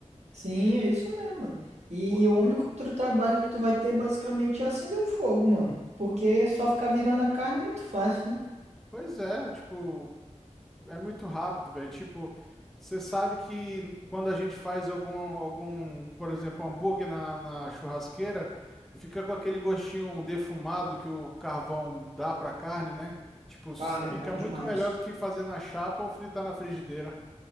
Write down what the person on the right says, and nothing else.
Sim, é isso mesmo, mano. E
o único outro trabalho que tu vai ter basicamente é acender o fogo, mano. Porque só ficar virando a carne é muito fácil, né?
Cara, é
bom demais.